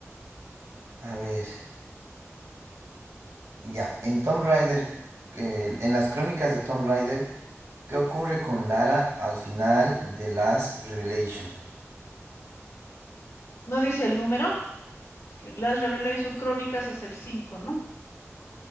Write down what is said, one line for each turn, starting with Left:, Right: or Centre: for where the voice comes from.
Right: a ver. Ya, en Tomb Raider, eh, en las crónicas de Tomb Raider, ¿qué ocurre con Lara al final de Last Revelation?
Left: No dice el número, es que las Revelation Crónicas es el cinco ¿no?